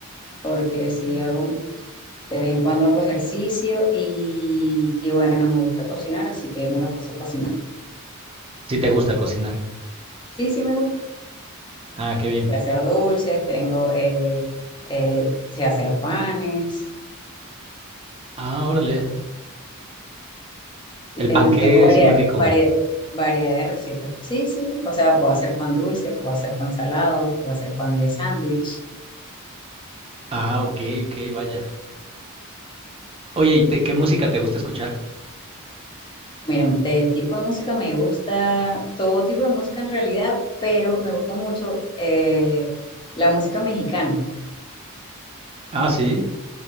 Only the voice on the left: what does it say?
porque sí hago de vez en cuando hago ejercicio y, y bueno, me gusta cocinar, así que me la paso cocinando.
Sí, sí me gusta.
de hacer dulces, tengo, eh, eh, sé hacer panes,
sí,
tengo,
tengo variedad,
variedad, variedad de recetas. Sí, sí, o sea, puedo hacer pan dulce, puedo hacer pan salado, puedo hacer pan de sándwich.
Mira, de tipo de música me gusta todo tipo de música en realidad, pero me gusta mucho eh, la música mexicana.